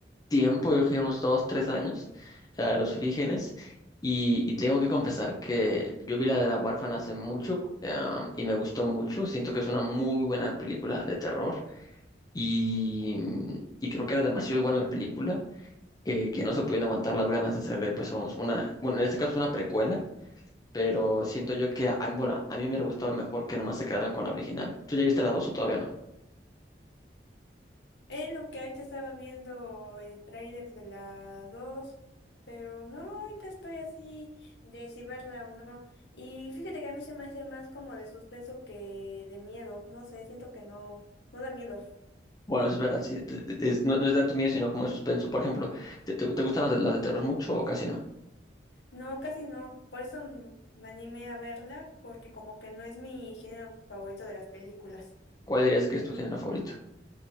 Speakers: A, on the left; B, on the left.
A: tiempo, yo creo que unos dos, tres años, la de los frígenes. Y, y tengo que confesar que yo vi la de La Huérfana hace mucho eh, y me gustó mucho. Siento que es una muy buena película de terror y, y creo que era demasiado buena la película. Que, que no se podían aguantar las ganas de hacerle, pues, una, bueno, en este caso es una precuela, pero siento yo que, a- bueno, a mí me hubiera gustado mejor que nomás se quedaran con la original. ¿Tú ya viste la dos o todavía no?
B: Es lo que ahorita estaba viendo el tráiler de la 2, pero no, ahorita estoy así de si verla o no. Y fíjate que a mí se me hace más como de suspenso que de miedo. No sé, siento que no, no da miedo.
A: Bueno, es verdad, sí, de- de- es- no, no es tanto miedo, sino como de suspenso. Por ejemplo, ¿te, te- te gustan las de, las de terror mucho o casi no?
B: No, casi no. Por eso mm, me animé a verla, porque como que no es mi género favorito de las películas.
A: ¿Cuál dirías que es tu género favorito?